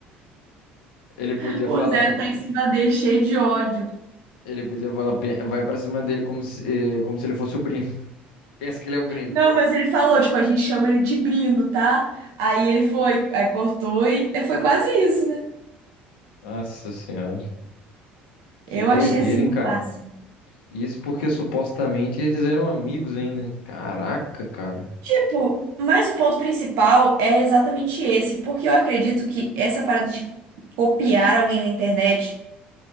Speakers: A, on the left; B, on the right.
A: Ele
B: <laughs>
A: podia
B: o
A: falar,
B: Zero tá em cima dele cheio de ódio.
A: ele podia falar, "Pe- vai pra cima dele como se, eh, como se ele fosse o Brino. <laughs> Pensa que ele é o Brino.
B: Não, mas ele falou, tipo, a gente chama ele de Brino, tá? Aí ele foi, aí cortou e é, foi quase isso, né?
A: Nossa senhora, que
B: Eu
A: doideira,
B: achei assim
A: hein,
B: um
A: cara?
B: passe
A: Isso porque supostamente eles eram amigos ainda. Caraca, cara.
B: Tipo, mas o ponto principal é exatamente esse, porque eu acredito que essa parada de copiar alguém na internet